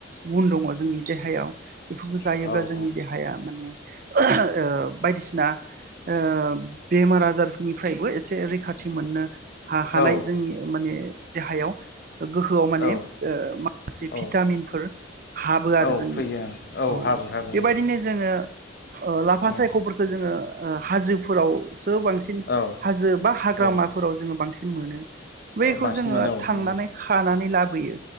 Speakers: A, on the right (about 45°); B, on the left (about 55°).
A: गुन दङ जोंनि देहायाव बेफोरखौ जायोब्ला
B: औ ओं
A: जोंनि देहाया माने ओ बायदिसिना ओ बेमार आजार निफ्रायबो एसे रैखाथि मोननो हा-हानाय
B: औ
A: जोंनि माने देहायाव गोहोआव माने
B: औ
A: ओ माखासे
B: औ
A: भिटामिनफोर हाबो आरो
B: औ
A: जोंनि
B: फैयो ओं
A: औ
B: हाबो हाबो
A: बेबायदिनो
B: औ
A: जोङो ओ लाफा
B: ओं
A: सायख'फोरखौ जोङो ओ हाजोफोरावसो बांसिन
B: औ
A: हाजो बा हाग्रामा
B: औ
A: फोराव जोङो बांसिनै मोनो बैखौ
B: बांसिन
A: जोङो
B: मोनो औ
A: थांनानै
B: नंगौ
A: खानानै लाब होयो